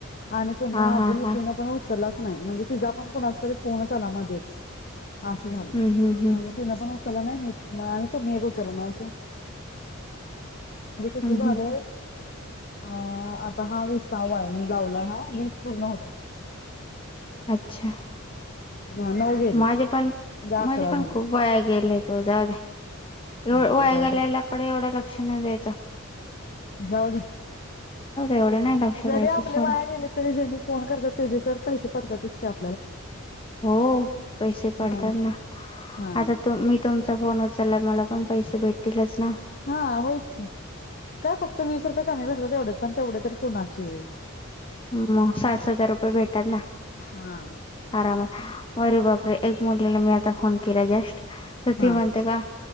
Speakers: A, on the left; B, on the left.
A: आणि पुन्हा
B: हा
A: अजून
B: हा
A: एकयीन
B: हा
A: पण उचलला नाही, म्हणजे तुझ्या पण कोनच तरी फोनच आला मधे अस झाल,
B: हम्म हम्म हम्म
A: तिन पण उचल नाही मी त मेग उचल ना <unintelligible> झालये.
B: हम्म हम्म
A: अ आता हा विसावा आहे, हा लावलाये हा वीस पूर्ण होत्यात.
B: अच्छा,
A: हा नऊ गेले.
B: माझे
A: म्हणजे
B: पण
A: अकरा
B: माझे पण
A: झाले
B: खूप वाया गेलेत ओ, जाऊदे ए
A: हा
B: वाया
A: जाऊ
B: गेल्याल्याकडे
A: द्या
B: एवढ लक्ष नाही द्यायच.
A: जाऊदे,
B: एवढं नाही लक्ष द्यायचं
A: जरी आपले
B: सोडा
A: वाया गेले तरी जेणी फोन करतात त्याचे तर पैशे पडत्यातच कि आप
B: हो पैसे
A: हा
B: पडतात ना,
A: हा
B: आता तु मी तुम फोन उचचाला मला पण पैसे भेटतीलच. ना
A: हा होच की काय फक्त वीस रुपये कमी भेटत तेवढेच पण तेवढे तरी कोणाचे?
B: मग साठ सतर रुपये भेटात ना
A: हा
B: आरामात, अरे बापरे ए मुलीला मी आता फोन केला जष्ट तर
A: हा
B: ती म्हणते का,